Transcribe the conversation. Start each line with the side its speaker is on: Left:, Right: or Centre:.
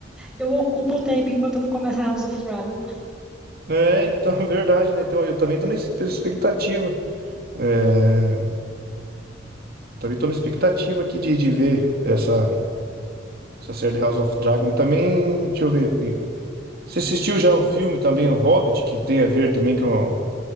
Centre: eu ocupo o tempo enquanto não começa House of Dragon.
Right: É, então, <laughs> verdade, né? Então, eu também tô na espe- expectativa. É, eu também tô na expectativa aqui de, de ver essa, essa série de House of Dragon. Também, deixa eu ver. Você assistiu já o filme também, O Hobbit, que tem a ver também com,